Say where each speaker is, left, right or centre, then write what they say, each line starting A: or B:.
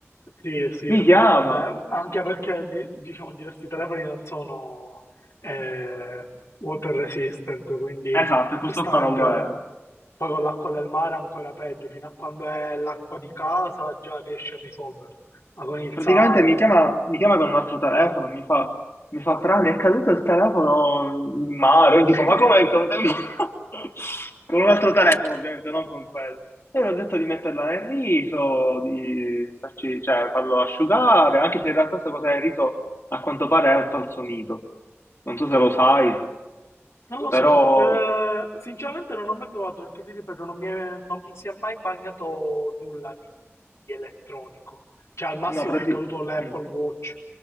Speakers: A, on the left; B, on the left.
A: Sì, sì,
B: Mi chiama.
A: vabbè, anche perché di- diciamo diversi telefoni non sono eh, water resistant, quindi
B: Esatto,
A: giustamente
B: e questo qua non lo era.
A: poi con l'acqua del mare è ancora peggio, fino a quando è l'acqua di casa già riesce a risolverla, ma con il
B: Praticamente
A: sale,
B: mi chiama, mi chiama con un altro telefono,
A: eh.
B: mi fa, mi fa, Fra, mi è caduto il telefono in mare.
A: <laughs>
B: Io dico, ma come è caduto in mare? <laughs> Con un altro telefono, ovviamente, non con quello. E gli ho detto di metterla nel riso, di farci- cioè, farlo asciugare, anche se in realtà questa cosa del riso a quanto pare è un falso mito. Non so se lo sai,
A: Non lo
B: però...
A: so, Eh, sinceramente non ho mai provato perché ti ripeto, non mi, è- non mi si è mai bagnato nulla di, di elettronico. Cioè, al massimo
B: No, praticamente...
A: mi è caduto l'Apple Watch.